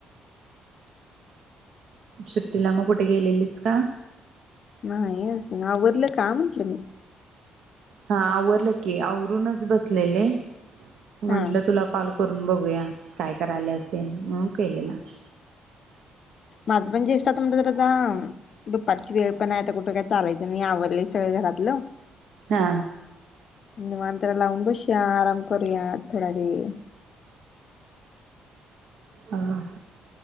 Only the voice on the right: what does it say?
सुट्टीला मग कुठे गेलेलीस का?
हा आवरलं की आवरूनच बसलेले म्हंटलं
तुला कॉल करून बघूया काय कराल्यास तेन म्हणून केलेला
हा
हा हा